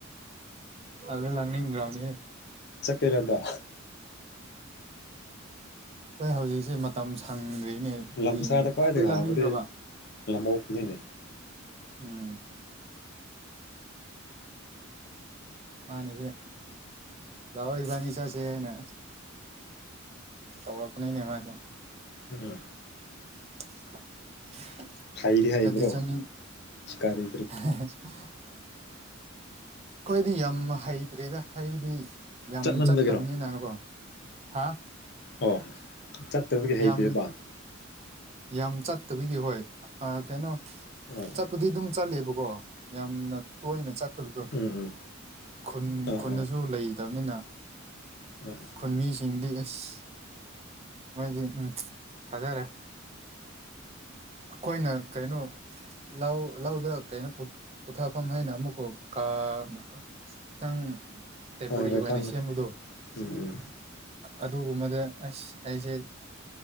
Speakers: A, on the right; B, on the left.
A: ꯑ ꯂꯒꯅꯤꯒꯥꯎꯅꯤ
B: ꯇꯔꯗ
A: ꯍꯣꯏ ꯍꯧꯖꯤꯛꯁꯦ ꯃꯇꯝ ꯁꯪꯗ꯭ꯔꯤ ꯅꯦ
B: ꯂꯝꯁꯥꯗ
A: ꯑꯗꯨꯒꯤꯅꯦꯅꯦ
B: ꯈ꯭ꯋꯥꯏꯗꯒꯤ
A: ꯉꯥꯛꯇ ꯂꯥꯡꯅꯤꯡꯈ꯭ꯔꯕ
B: ꯍꯥꯎꯕꯗꯤ ꯂꯝꯑꯣꯛꯅꯤꯅꯦ
A: ꯎꯝ ꯃꯥꯅꯦꯁꯦ ꯂꯋꯥ ꯏꯕꯥꯅꯤ ꯆꯁꯅꯦ ꯇꯧꯄ ꯅꯅꯦ ꯑꯦꯃꯁ
B: ꯎꯝ
A: <inaudible>
B: ꯊꯥꯏꯔꯤꯗꯤ ꯍꯥꯏꯩꯕ꯭ꯔꯣ
A: ꯆꯠꯗꯤ ꯆꯠꯅꯤꯡ
B: ꯁꯤfꯀꯥꯔꯔꯤ
A: <inaudible> ꯑꯩꯈꯣꯏꯗꯤ ꯌꯥꯝ ꯍꯩꯇ꯭ꯔꯦꯗ ꯍꯥꯏꯕꯗꯤ ꯌꯥꯝ
B: ꯆꯠꯃꯟꯕꯒꯤꯔꯣ
A: ꯆꯠꯇꯕꯅꯤꯅꯅꯀꯣ ꯍꯥ
B: ꯑꯣ ꯆꯠꯇꯕꯗꯤ ꯍꯩꯇꯦꯕ
A: ꯌꯥꯝ ꯌꯥꯝ ꯆꯠꯇꯕꯤꯒꯤ ꯍꯣꯏ ꯀꯩꯅꯣ
B: ꯑꯣ
A: ꯆꯠꯄꯗꯤ ꯑꯗꯨꯝ ꯆꯠꯂꯦꯕꯀꯣ ꯌꯥꯝꯅ ꯇꯣꯏꯅ ꯆ ꯐꯠꯇꯕꯗꯣ
B: ꯎꯝ ꯎꯝ
A: ꯈꯨꯟ
B: ꯑꯥ
A: ꯈꯨꯗꯁꯨ
B: ꯑꯥ
A: ꯂꯩꯇꯕꯅꯤꯅ
B: ꯑꯥ
A: ꯈꯨꯨꯟꯃꯤꯁꯤꯡꯗ ꯑꯦꯁ ꯑꯁ ꯃꯣꯏꯗꯤ ꯎꯝ ꯊꯥꯖꯔꯦ ꯑꯩꯈꯣꯏꯅ ꯀꯩꯅꯣ ꯂꯧ ꯂꯧꯗ ꯀꯩꯅꯣ ꯄꯣꯊꯥꯐꯝ ꯍꯥꯏꯅ ꯑꯃꯨꯛꯀꯣ ꯀꯥ ꯃꯈꯥ ꯈꯤꯇꯪ ꯇꯦꯝꯄꯣꯔꯔꯤ
B: ꯍꯣꯏ ꯍꯣꯏ
A: ꯑꯣꯏꯅ
B: ꯈꯪꯉꯦ
A: ꯁꯦꯝꯕꯗꯣ
B: ꯎꯝ ꯎꯝ
A: ꯑꯗꯨꯒꯨꯝꯕꯗ ꯑꯁ ꯑꯩꯁꯦ